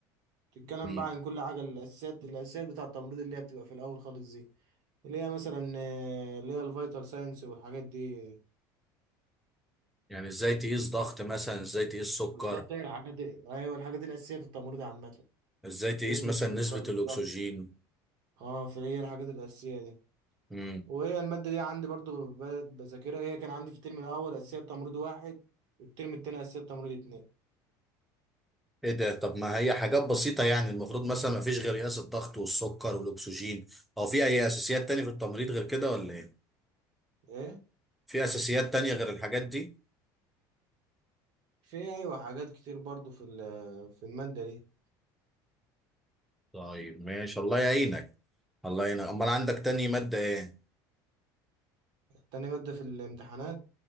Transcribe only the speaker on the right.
تتكلم
بقى عن كل حاجة الأساسيات الأساسيات بتاع التمريض اللي هي بتبقى في الأول خالص دي اللي هي مثلا آه، اللي هي الفيتال ساينس والحاجات دي
بالظبط هي الحاجات ايوه الحاجات الاساسيه في التمريض عامه
زيت
السكر
بالظبط
اه فهي الحاجات الاساسيه دي
وهي الماده دي عندي برضو ب- ب- بذاكرها هي كان عندي في الترم الاول اساسيه تمريض واحد والترم التاني اساسيه تمريض اتنين
ايه
في ايوه حاجات كتير برضو في ال- في الماده دي
تاني ماده في الامتحانات